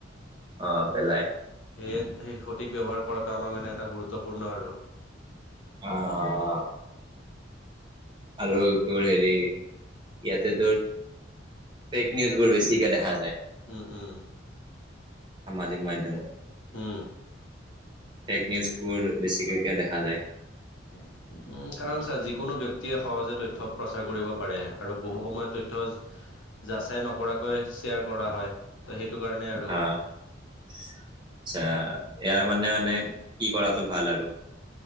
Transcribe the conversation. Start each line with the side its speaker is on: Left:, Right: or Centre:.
Right: অ', পেলাই
Left: সেয়ে সেই সঠিক ব্য্ৱহাৰ কৰাটো আমাৰ মানে এটা গুৰুত্বপূৰ্ণ আৰু
Right: অআহ। আৰু তো হেৰি ইয়াতেতো ফেক নিউজ বোৰ বেছিকে দেখা যায়।
Left: উম উম।
Right: সামাজিক মাধম,
Left: উম
Right: ফেক নিউজ বোৰ বেছিকেকে দেখা যায়।
Left: উম কাৰণ ছাৰ যিকোনো ব্ক্তিয়ে সহজে তথ্য প্ৰচাৰ কৰিব পাৰে আৰু বহু সময় তথ্য যাচাই নকৰাকৈ শ্বেয়াৰ কৰা হয়। ত' সেইটো কাৰণে আৰু
Right: আহছ। ইয়াৰ মানে মানে কি কৰাটো ভাল আৰু?